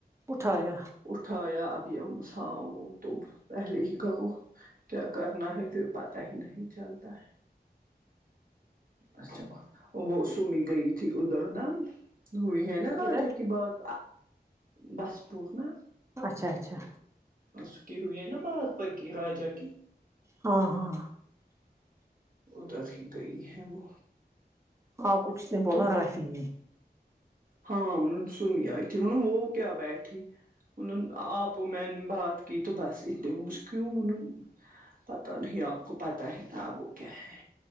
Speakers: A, on the right (about 15°); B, on the right (about 55°).
A: اٹھایا
B: اٹھایا اب مساؤ تو پہلے ہی کہو کیا کرنا ہے تو پتا ہی نہیں چلتا ہے اچھا وہ سمی گئی تھی ادھر نام ہوئی ہے نا راجا
A: کدھر
B: کی بات بسپو نا
A: اچھا اچھا
B: اس کی ہوئی ہے نا بات پگی راجا کی
A: ہاں ہاں
B: ادھر ہی گئی ہے وہ
A: ہاں کچھ نہیں بولا
B: تو
A: راشی جی
B: ہاں سن گ آئی تھی موں وہ کیا بیٹھی انوں آپ میں نے بات کی تو بس اتنےھ کیوں ان پتا نہیں آپ کو پتا ہے نا اب وہ کیا ہے